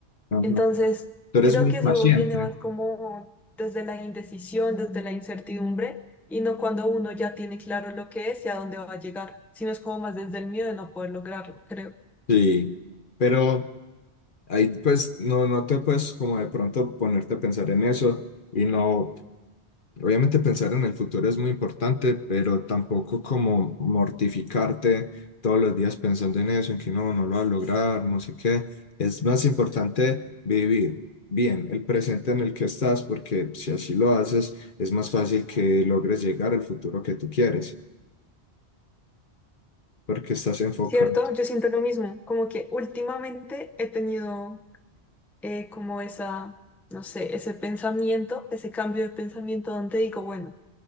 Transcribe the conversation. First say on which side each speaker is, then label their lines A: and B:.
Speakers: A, on the left (about 50°); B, in the centre.
A: Ajá.
B: Entonces,
A: Tú eres
B: creo
A: muy
B: que
A: paciente.
B: eso viene más como desde la indecisión, desde la incertidumbre, y no cuando uno ya tiene claro lo que es y a dónde va a llegar, sino es como más desde el miedo de no poder lograrlo, creo.
A: Sí, pero... Ahí pues no, no te puedes como de pronto ponerte a pensar en eso y no, obviamente pensar en el futuro es muy importante, pero tampoco como mortificarte todos los días pensando en eso, en que no, no lo va a lograr, no sé qué. Es más importante vivir bien el presente en el que estás, porque si así lo haces, es más fácil que logres llegar al futuro que tú quieres, porque estás enfocado.
B: ¿Cierto? Yo siento lo mismo, como que últimamente he tenido eh, como esa, no sé, ese pensamiento, ese cambio de pensamiento donde digo, bueno